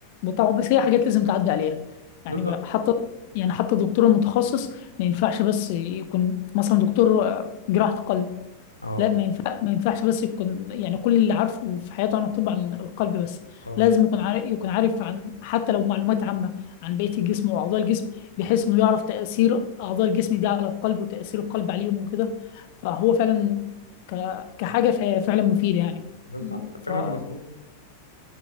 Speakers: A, on the left; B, on the left.
A: طبعا بس هي حاجات لازم تعدي عليها يعني
B: بالظبط
A: حتى يعني حتى الدكتور المتخصص ما ينفعش بس يكون مثلا دكتور آه، جراحة قلب
B: اه
A: لا ما ينفع ما ينفعش بس يكون يعني كل اللي عارفه في حياته عن الطب عن القلب بس
B: اه
A: لازم يكون عارف يكون عارف عن حتى لو معلومات عامة عن بقية الجسم وأعضاء الجسم بحيث إنه يعرف تأثير أعضاء الجسم دي على القلب وتأثير القلب عليهم وكده فهو فعلا ك- كحاجة فهي فعلا مفيدة يعني
B: بالظبط
A: ف
B: كلامك مظبوط